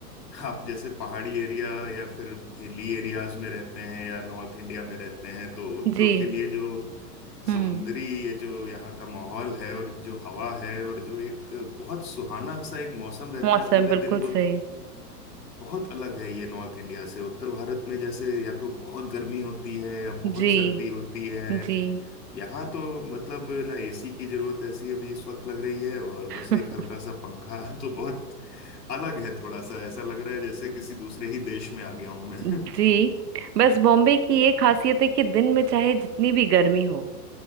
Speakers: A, on the left (about 90°); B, on the right (about 75°).
A: आप जैसे पहाड़ी एरिया या फिर हिली एरियाज में रहते हैं या नॉर्थ इंडिया में रहते हैं तो उन
B: जी
A: लोग के लिए जो
B: हम्म
A: समुद्री ये जो यहाँ का माहौल है और जो हवा है और जो एक बहुत सुहाना सा एक मौसम रहता
B: मौसम
A: है पूरे
B: बिल्कुल
A: दिन वो
B: सही
A: बहुत अलग है ये नॉर्थ इंडिया से उत्तर भारत में जैसे या तो बहुत गर्मी होती है या बहुत
B: जी
A: सर्दी होती है
B: जी
A: यहाँ तो मतलब ना एसी की जरूरत ऐसी अभी इस वक्त लग रही है और बस
B: <laughs>
A: एक हल्का सा पंखा <laughs> तो बहुत अलग है थोड़ा सा ऐसा लग रहा है जैसे किसी दूसरे ही देश में आ गया हूं मैं
B: जी
A: <laughs>
B: बस बॉम्बे की ये खासियत है कि दिन में चाहे जितनी भी गर्मी हो